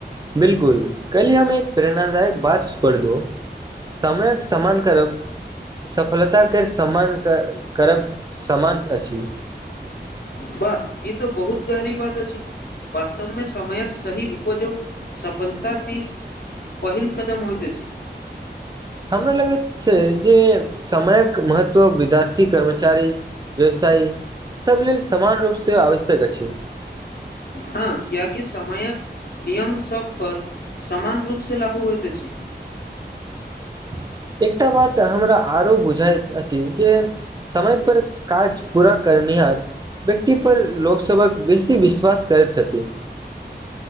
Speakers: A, on the right (about 20°); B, on the left (about 60°).
A: बिल्कुल कहि हम एक प्रेरणादायक बात सुनलु समयक समान करब सफलताके सम्मान करब समान अछि
B: बाह ई त बहुत गहरी बात अछि वास्तवमे समयक सही उपयोग सफलता दिस पहिल कदम होइत अछि
A: हमरा लगैत छै जे समयक महत्व विद्यार्थी कर्मचारी व्यवसाय सभ लेल समान रूपसँ आवश्यक अछि
B: हँ कियाकि समयक नियम सब पर समान रूपसँ लागू होइत अछि
A: <unintelligible> एकटा बात हमरा आरो बुझाइत अछि जे समय पर काज पूरा कर करनिहार व्यक्ति पर लोक सभक बेसी विश्वास करैत छथि <unintelligible>